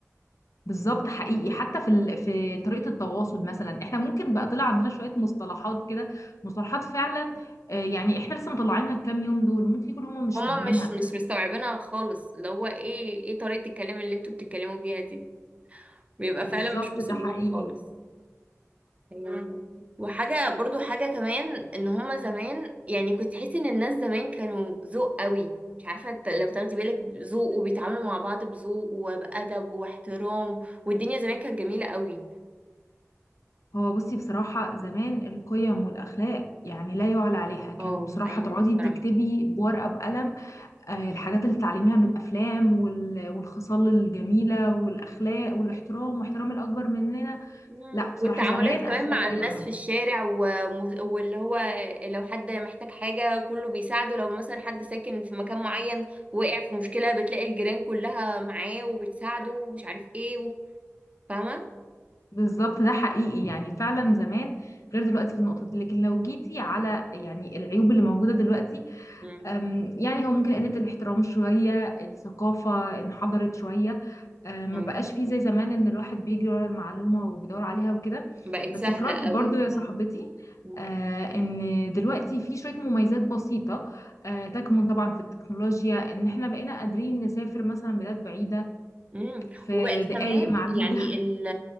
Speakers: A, on the left; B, on the right.
A: بالظبط حقيقي حتى في ال... في طريقة التواصل مثلا احنا ممكن بقى طلع عندنا شوية مصطلحات كده مصطلحات فعلا آه، يعني احنا لسه مطلعينها الكام يوم دول ممكن يكون هما مش
B: هما
A: فاهمينها
B: مش مش مستوعبينها خالص اللي هو ايه ايه طريقة الكلام اللي انتوا بتتكلموا بيها دي بيبقى
A: بالظبط
B: فعلا مش واصل
A: ده
B: لهم
A: حقيقي
B: خالص ايوه مم. وحاجة برضو حاجة كمان ان هما زمان يعني كنت تحسي ان الناس زمان كانوا ذوق قوي مش عارفة ت- لو تاخدي بالك ذوق وبيتعاملوا مع بعض بذوق وبأدب واحترام والدنيا زمان كانت جميلة قوي
A: هو بصي بصراحة زمان القيم والأخلاق يعني لا يعلى عليها كانت
B: اه
A: بصراحة
B: ايوه
A: تقعدي
B: صراحة
A: تكتبي بورقة بقلم آه، الحاجات اللي تتعلميها من الأفلام وال... والخصال الجميلة والأخلاق والاحترام واحترام الأكبر مننا
B: مم.
A: لا بصراحة
B: والتعاملات
A: زمان
B: كمان
A: أخلاق
B: مع
A: لا
B: الناس
A: يعلى
B: في الشارع ومز- واللي هو لو حد محتاج حاجة كله بيساعده لو مثلا حد ساكن في مكان معين وقع في مشكلة بتلاقي الجيران كلها معاه وبتساعده ومش عارف ايه و- فاهمة
A: بالظبط ده حقيقي يعني فعلا زمان غير دلوقتي في النقطة دي لكن لو جيتي على يعني العيوب اللي موجودة دلوقتي
B: مم.
A: أم، يعني هو ممكن قلة الاحترام شوية الثقافة انحدرت شوية أم،
B: مم.
A: ما بقاش فيه
B: مم.
A: زي زمان ان الواحد بيجري ورا المعلومة وبيدور عليها وكده
B: بقت
A: بس
B: سهلة
A: في رأيي
B: قوي
A: برضو يا صاحبتي
B: اه مم.
A: آه، ان دلوقتي في شوية مميزات بسيطة آه، تكمن طبعا في التكنولوجيا ان احنا بقينا قادرين نسافر مثلا بلاد بعيدة
B: امم
A: في
B: وبقت
A: دقايق
B: كمان
A: معدودة
B: يعني ال-